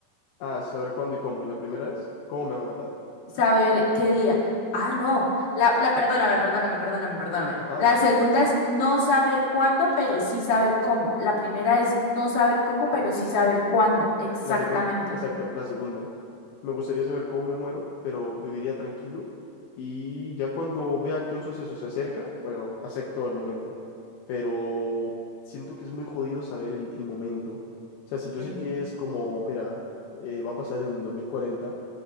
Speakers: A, on the left; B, on the left.
A: ah, saber cuándo y cómo. Y la primera es, ¿cómo me van a matar?
B: Saber qué día. Ah, no. La, la, perdóname, perdóname, perdóname, perdóname.
A: Ajá.
B: La segunda es no saber cuándo, pero sí saber cómo. La primera es no saber cómo, pero sí saber cuándo. Exactamente.
A: La segunda, exacto, la segunda. Me gustaría saber cómo me muero, pero viviría tranquilo. Y ya cuando vea que un suceso se acerca, bueno, acepto el momento. Pero siento que es muy jodido saber el, el momento. O sea, si yo
B: Sí,
A: sé que es como, mira, eh, va a pasar en 2040,